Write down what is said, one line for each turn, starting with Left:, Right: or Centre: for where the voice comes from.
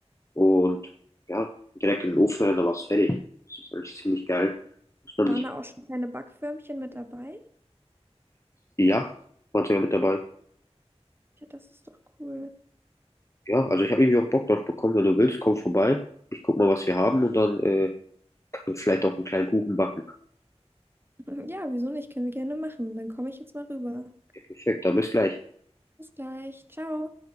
Left: Und ja, direkt in den Ofen rein, da war es fertig. Das ist eigentlich ziemlich geil. Muss man
Right: Waren
Left: nicht,
Right: da auch schon kleine Backförmchen mit dabei?
Left: ja, war sogar mit dabei.
Right: Ja, das ist doch cool.
Left: Ja, also ich habe irgendwie auch Bock drauf bekommen. Wenn du willst, komm vorbei. Ich guck mal, was wir haben und dann äh, können wir vielleicht auch einen kleinen Kuchen backen.
Right: <laughs> Ja, wieso nicht? Können wir gerne machen. Dann komme ich jetzt mal rüber.
Left: Ja, perfekt, dann bis gleich.
Right: Bis gleich. Ciao.